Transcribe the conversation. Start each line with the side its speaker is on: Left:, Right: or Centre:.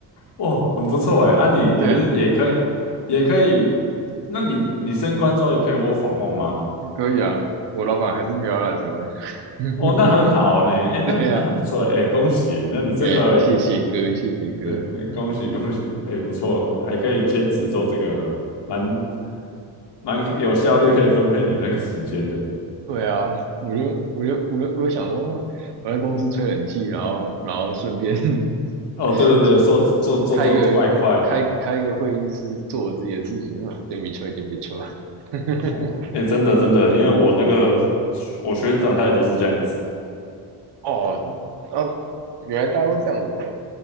Left: 哇，很不错哎！啊你，你是也可以，
Right: 对啊，
Left: 也可以，那你你升官之后也可以窝 o r 吗？
Right: 可以啊，我老板还是没有来台湾。<laughs>
Left: 哦，那很好呢，哎，那那很不错哎，
Right: 对呀、啊，
Left: 哎恭喜诶那你这个
Right: 哎，谢谢哥，谢谢哥。
Left: 对，恭喜恭喜，哎，不错，还可以兼职做这个，蛮蛮有效率，可以分配你那个时间的。
Right: 对啊，我就我就我就我就想说，哇我在公司吹冷气，然后然后顺便 <laughs>
Left: 哦，对对对，
Right: 吹
Left: 做做做做外快，
Right: 开个开开个会议室做我自己的事情啊，真不错，真不错。<laughs>
Left: 哇，哎，真的真的，因为我那个我学长他也都是这样子。
Right: 哦，啊，原来大家都这样子哦。